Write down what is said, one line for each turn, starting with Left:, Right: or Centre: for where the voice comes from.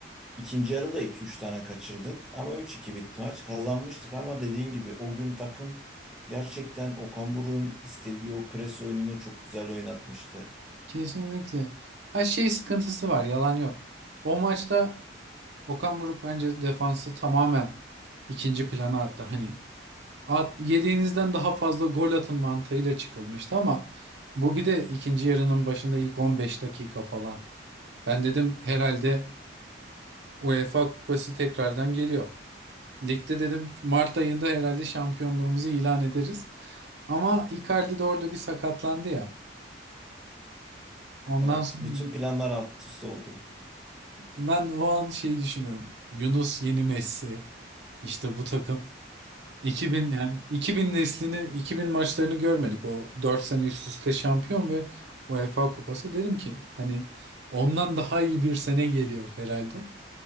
Centre: İkinci yarı da 2-3 tane kaçırdık ama üç iki bitti maç. Kazanmıştık ama dediğin gibi o gün takım gerçekten Okan Buruk'un istediği o pres oyununu çok güzel oynatmıştı.
Right: Kesinlikle. Her şey sıkıntısı var, yalan yok. O maçta Okan Buruk bence defansı tamamen ikinci plana attı. Hani At, yediğinizden daha fazla gol atın mantığıyla çıkılmıştı ama bu bir de ikinci yarının başında ilk 15 dakika falan. Ben dedim herhalde UEFA Kupası tekrardan geliyor. Ligde dedim Mart ayında herhalde şampiyonluğumuzu ilan ederiz. Ama Icardi de orada bir sakatlandı ya. Ondan
Centre: Evet,
Right: sonra
Centre: bütün planlar alt üst oldu.
Right: ben o an şeyi düşünüyorum. Yunus yeni Messi. İşte bu takım 2000 yani 2000 neslini 2000 maçlarını görmedik. O 4 sene üst üste şampiyon ve UEFA Kupası dedim ki hani ondan daha iyi bir sene geliyor herhalde.